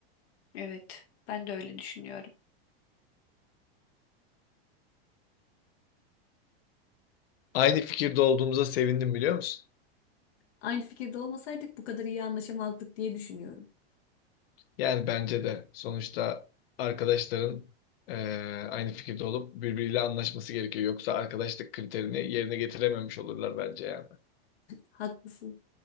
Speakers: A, on the left; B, on the left.
A: Evet, ben de öyle düşünüyorum.
B: Aynı fikirde olduğumuza sevindim biliyor musun?
A: Aynı fikirde olmasaydık bu kadar iyi anlaşamazdık diye düşünüyorum.
B: Yani bence de sonuçta arkadaşların eee, aynı fikirde olup birbiriyle anlaşması gerekiyor. Yoksa arkadaşlık kriterini yerine getirememiş olurlar bence yani.
A: Haklısın.